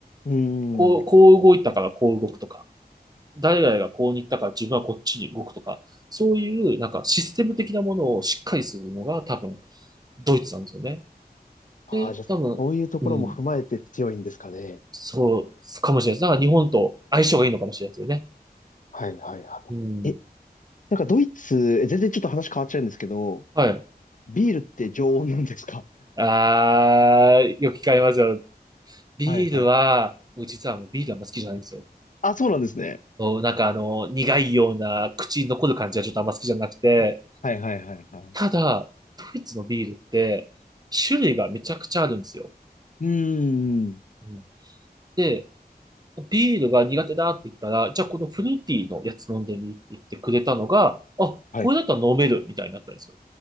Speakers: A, on the left; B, on the right.
A: うーん。
B: こう、こう動いたからこう動くとか、誰々がこうに行ったから自分はこっちに動くとか、そういうなんかシステム的なものをしっかりするのが多分ドイツなんですよね。
A: ああ、
B: で、
A: じゃあ、
B: 多分、
A: そういうところも踏まえて強いんですかね。
B: うん。そう、かもしれないです。だから日本と相性がいいのかもしれないですよね。
A: はい、はい、はい。
B: うん。
A: え、なんかドイツ、え全然ちょっと話変わっちゃうんですけど、
B: はい。
A: ビールって常温なんですか
B: あー、よく聞かれますよ。ビールは、
A: はいはい。
B: 僕実はもうビールあんま好きじゃないんですよ。
A: あ、そうなんですね。
B: もうなんかあの、苦いような口に残る感じはちょっとあんま好きじゃなくて、
A: あはいはいはいはい。
B: ただ、ドイツのビールって、種類がめちゃくちゃあるんですよ。
A: うーん。
B: うん、で、ビールが苦手だって言ったら、じゃあこのフルーティーのやつ飲んでみって言ってくれたのが、あ、
A: はい。
B: これだったら飲めるみたいになったんですよ。